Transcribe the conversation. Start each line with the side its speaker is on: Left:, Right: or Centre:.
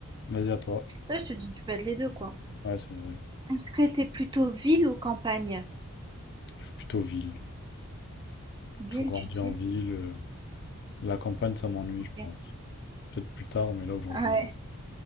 Left: vas-y à toi.
Right: Là, je te dis, tu peux être les deux, quoi.
Left: Ouais, c'est vrai.
Right: Est-ce que t'es plutôt ville ou campagne?
Left: Je suis plutôt ville.
Right: Ville,
Left: Toujours grandi
Right: tu dis?
Left: en ville. euh, La campagne, ça m'ennuie,
Right: Ok.
Left: je pense. Peut-être plus tard, mais là aujourd'hui.
Right: Ouais,